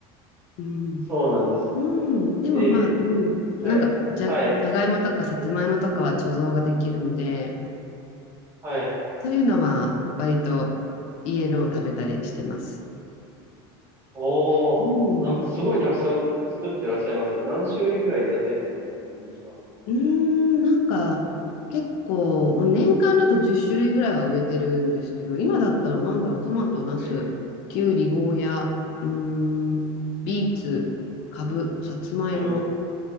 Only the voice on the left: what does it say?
うん。
うん。でもまあ、
うん。
なんかじゃ、
じゃがいもとかさつまいもとかは貯蔵ができるので、
そういうのは割と家のを食べたりしてます。
うん。
うーん、なんか結構、まあ年間だと10種類ぐらいは植えてるんですけど、今だったらなんだろう、トマト、ナス、
キュウリ、ゴーヤ、うーん、ビーツ、カブ、サツマイモ、